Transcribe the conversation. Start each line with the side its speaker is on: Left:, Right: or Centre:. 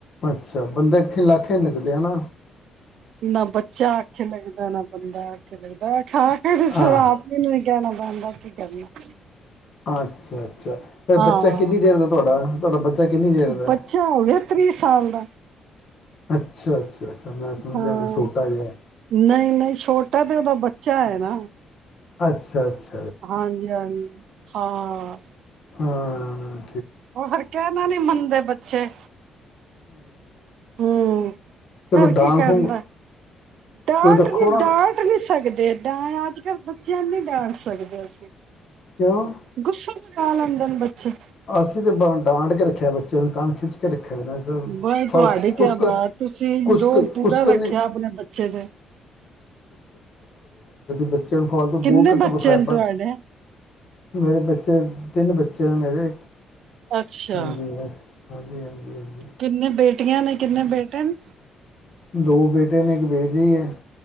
Left: ਅੱਛਾ ਬੰਦਾ ਖਿਲਾਖੇ ਲੱਗਦੇ ਆ ਨਾ
Right: ਨਾ ਬੱਚਾ ਆਖੇ ਲੱਗਦਾ ਨਾ ਬੰਦਾ ਆਖੇ ਲੱਗਦਾ ਖਾ ਕੇ ਤੇ
Left: ਹਾਂ
Right: ੜਾ ਆਪਣੇ ਨੂੰ ਕਹਿਣਾ <unintelligible> ਬਣਦਾ ਕੀ ਕਰਨਾ <unintelligible>
Left: ਅੱਛਾ ਆ
Right: ਹਾਂ
Left: ਬੱਚਾ ਕਿੰਨੀ ਦੇਰ ਦਾ ਤੁਹਾਡਾ ਤੁਹਾਡਾ ਬੱਚਾ ਕਿੰਨੀ ਦੇਰ ਦਾ
Right: ਬੱਚਾ ਹੋ ਗਿਆ ਤੀਹ ਸਾਲ ਦਾ
Left: ਅੱਛਾ ਅੱਛਾ ਅੱਛਾ ਮੈਂ ਸਮਝਿਆ
Right: ਹਾਂ
Left: ਵੀ ਛੋਟਾ ਜਿਹਾ
Right: ਨਹੀਂ ਨਹੀਂ ਛੋਟਾ ਤੇ ਉਹਦਾ ਬੱਚਾ ਹੈ ਨਾ
Left: ਅੱਛਾ ਅੱਛਾ
Right: ਹਾਂਜੀ, ਹਾਂਜੀ ਹਾਂ
Left: ਹਾਂ
Right: ਓ ਫਿਰ ਕਹਿਣਾ ਨੀ ਮੰਨਦੇ ਬੱਚੇ ਹੁੰ
Left: ਤੇ
Right: ਫਿਰ
Left: ਕੋਈ ਡਾਂਗ
Right: ਕੀ ਕਰਨਾ
Left: ਡੂੰਗ
Right: ਡਾਂਟ
Left: ਕੋਈ ਰੱਖੋ
Right: ਨਹੀ
Left: ਨਾ
Right: ਡਾਂਟ ਨਹੀ ਸਕਦੇ ਅੱਜ ਕੱਲ੍ਹ ਬੱਚਿਆਂ ਨੂੰ ਨਹੀਂ ਡਾਂਟ ਸਕਦੇ ਅਸੀਂ
Left: ਕਿਉਂ
Right: ਗੁੱਸਾ ਲਾ ਲੈਦੇਂ ਨੇ ਬੱਚੇ
Left: ਅਸੀਂ ਤੇ ਡਾਂਟ ਕੇ ਰੱਖਿਆ ਬੱਚੇ ਨੂੰ ਕਣ ਖਿੱਚ ਕੇ ਰੱਖਿਆ ਨਾ ਤਾਂ
Right: ਬਾਈ
Left: ਫਰਸ
Right: ਤੁਹਾਡੀ ਕਿਆ
Left: ਕੁਛ ਕੁ
Right: ਬਾਤ ਤੁਸੀਂ
Left: ਕੁਛ
Right: ਰੋਂਬ
Left: ਕੁ
Right: ਪੂਰਾ
Left: ਕੁਛ ਕੁ
Right: ਰੱਖਿਆ
Left: ਨਹੀਂ
Right: ਆਪਣੇ ਬੱਚੇ ਤੇ
Left: ਬੱਸ <unintelligible> ਚਨਫਾਲ ਤੋਂ ਬੋ
Right: ਕਿੰਨੇ
Left: ਕਿ ਅਤੇ
Right: ਬੱਚੇ
Left: ਬਖਾਇਬਾ
Right: ਨੇ ਤੁਹਾਡੇ
Left: <unintelligible> ਮੇਰੇ ਬੱਚੇ ਤਿੰਨ ਬੱਚੇ ਨੇ ਮੇਰੇ
Right: ਅੱਛਾ
Left: ਹਾਂਜੀ ਹਾਂ- ਹਾਂਜੀ ਹਾਂਜੀ ਹਾਂਜੀ
Right: ਕਿੰਨੇ ਬੇਟੇ ਕਿੰਨੀਆ ਬੇਟੀਆਂ ਨੇ ਕਿੰਨੇ ਬੇਟੇ ਨੇ
Left: ਦੋ ਬੇਟੇ ਨੇ ਇੱਕ ਬੇਟੀ ਹੈ ਹੁੰ